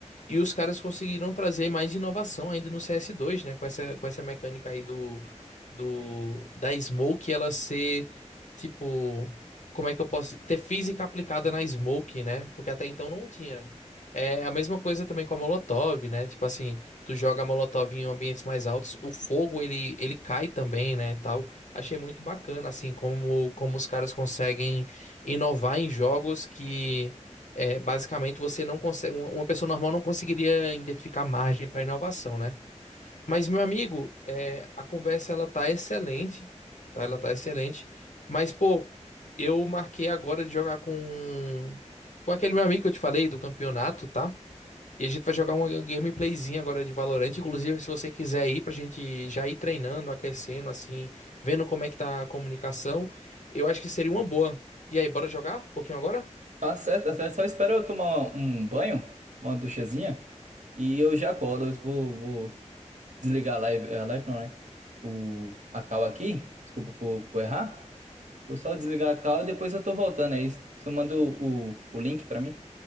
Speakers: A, on the left (about 85°); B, on the right (about 80°).
A: E os caras conseguiram trazer mais inovação ainda no CS2, né? Com essa, com essa mecânica aí do, do, da Smoke, ela ser, tipo, como é que eu posso... Ter física aplicada na Smoke, né? Porque até então não tinha. É a mesma coisa também com a Molotov, né? Tipo assim, tu joga a Molotov em ambientes mais altos, o fogo, ele, ele cai também, né? Tal. Achei muito bacana, assim, como, como os caras conseguem inovar em jogos que é, basicamente, você não consegue, um- uma pessoa normal não conseguiria identificar margem para inovação, né? Mas, meu amigo, é, a conversa ela tá excelente, tá? Ela tá excelente. Mas, pô, eu marquei agora de jogar com com aquele meu amigo que eu te falei do campeonato, tá? E a gente vai jogar uma gameplayzinha agora de Valorant. Inclusive, se você quiser ir pra gente já ir treinando, aquecendo, assim, vendo como é que tá a comunicação, eu acho que seria uma boa. E aí, bora jogar um pouquinho agora?
B: Tá certo, tá certo. Só espera eu tomar um banho, uma duchazinha, e eu já colo. Eu vou, vou desligar a live, a live não, né? O, a call aqui. Desculpa por, por errar. Vou só desligar a call e depois eu tô voltando aí. Só manda o, o, o link pra mim.